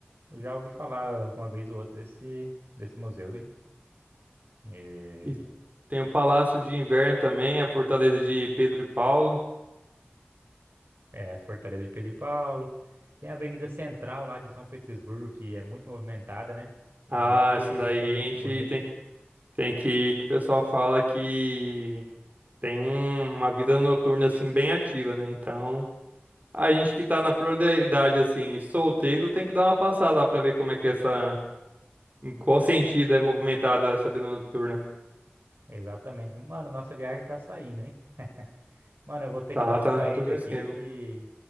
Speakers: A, on the right (about 60°); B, on the right (about 40°).
A: Eu já ouvi falar uma vez ou outra desse, desse museu aí. E,
B: E tem o Palácio de Inverno também, a Fortaleza de Pedro e Paulo.
A: é, Fortaleza de Pedro e Paulo. Tem a Avenida Central lá de São Petersburgo, que é muito movimentada, né? E
B: Ah,
A: dizem que,
B: essa daí
A: que é muito
B: a gente
A: bonita.
B: tem, tem que ir, que o pessoal fala que tem um- uma vida noturna assim bem ativa, né? Então. A gente que tá na flor da idade, assim, solteiro, tem que dar uma passada lá pra ver como é que é essa. Em qual sentido é movimentada essa vida noturna.
A: Exatamente. Mano, nossa viagem tá saindo, hein? Mano, eu vou ter
B: Tá,
A: que dar uma
B: tá,
A: saída
B: tudo um
A: aqui
B: esquema.
A: que